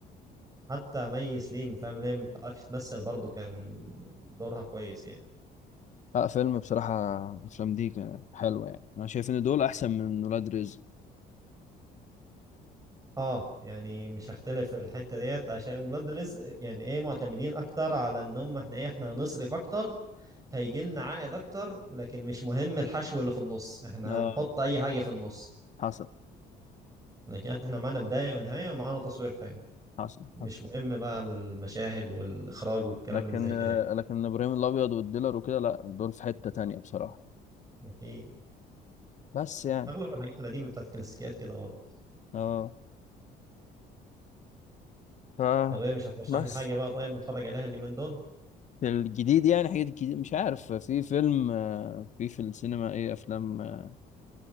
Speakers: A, on the right; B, on the left.
A: حتى مي سليم فاهم ليه ما بتعرفش تمثل برضه كان دورها كويس يعني
B: لا فيلم بصراحه افلام دي كان حلوه يعني انا شايف ان دول احسن من ولاد رزق
A: اه يعني مش هختلف في الحتة ديت عشان ولاد رزق يعني ايه معتمدين اكتر على ان هم احنا ايه احنا هنصرف اكتر هيجي لنا عائد اكتر لكن مش مهم الحشو اللي في النص احنا
B: اه
A: هنحط اي حاجة في النص
B: حصل
A: لكن احنا معانا بداية ونهاية ومعانا تصوير حلو
B: حصل
A: مش
B: حصل
A: مهم بقى المشاهد والإخراج والكلام
B: لكن
A: اللي زي كده
B: آه،
A: يعني.
B: لكن ابراهيم الابيض والديلر وكده لا دول في حته تانية بصراحه
A: أكيد
B: بس يعني
A: أغلب الحاجات القديمة بتاعت الكلاسيكيات كده برضه
B: اه ف
A: طب إيه مش هترشح
B: بس
A: لي حاجة بقى طيب نتفرج عليها اليومين دول؟
B: الجديد يعني حاجات جديدة مش عارف في فيلم آه، في في السينما ايه افلام آه،